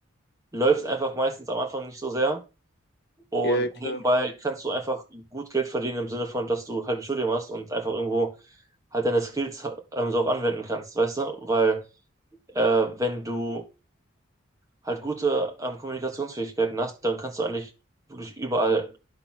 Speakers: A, on the right; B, on the left.
A: läufst einfach meistens am Anfang nicht so sehr und
B: Ja, ja, klar.
A: nebenbei kannst du einfach gut Geld verdienen im Sinne von, dass du halt ein Studium hast und einfach irgendwo halt deine Skills ähm, so auch anwenden kannst, weißt du? Weil äh, wenn du halt gute ähm, Kommunikationsfähigkeiten hast, dann kannst du eigentlich wirklich überall